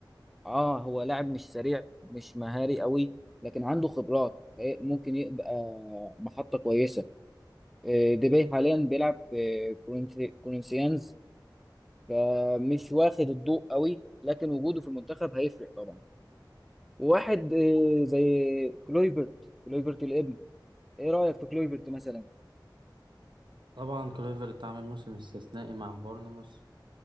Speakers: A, in the centre; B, on the right.
A: اه هو لاعب مش سريع مش مهاري قوي لكن عنده خبرات هي- ممكن يبقى محطة كويسة آه، ديباي حاليا بيلعب في كورنثي- كورنثيانز فمش واخد الضوء قوي لكن وجوده في المنتخب هيفرق طبعا وواحد آه، زي كلويفرت كلويفرت الابن ايه رأيك في كلويفرت مثلا
B: طبعا كلويفرت عمل موسم استثنائي مع بورنموث